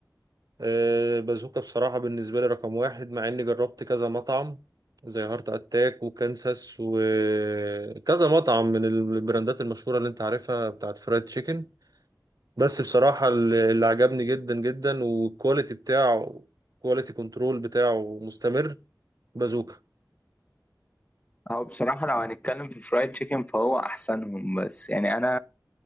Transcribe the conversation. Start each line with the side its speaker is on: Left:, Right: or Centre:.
Right: آه، بازوكا بصراحة بالنسبة لي رقم واحد مع إني جربت كذا مطعم زي هارت أتاك وكانساس وكذا مطعم من البراندات المشهورة اللي أنت عارفها بتاعت فرايد تشيكن بس بصراحة اللي اللي عجبني جدا جدا والكواليتي بتاعه كواليتي كنترول بتاعه مستمر بازوكا
Left: هو بصراحة لو هنتكلم في الفرايد تشيكن فهو أحسنهم بس يعني أنا